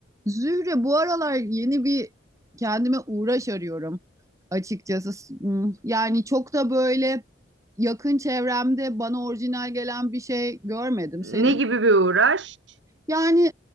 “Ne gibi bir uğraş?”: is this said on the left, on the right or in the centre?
Right